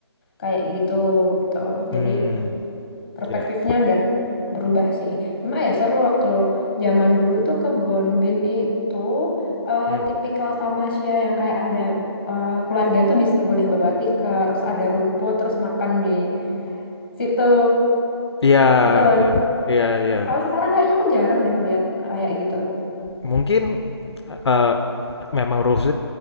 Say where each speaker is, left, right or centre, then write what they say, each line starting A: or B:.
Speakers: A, on the left; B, on the left.
A: kayak gitu gitu.
B: Hmm,
A: Jadi perspektifnya
B: ya, iya.
A: udah berubah sih. Cuma ya seru waktu zaman dulu tuh kebon bin itu eh,
B: Mmm.
A: tipikal tamasya yang kayak ada eh, keluarga tuh bisa boleh bawa tikar, terus ada rumput, terus makan di situ
B: Iya
A: gitu loh.
B: iya.
A: Jadi,
B: Iya iya.
A: Kalau sekarang kayaknya aku jarang deh ngeliat kayak gitu.
B: Mungkin, eh, eh, memang rules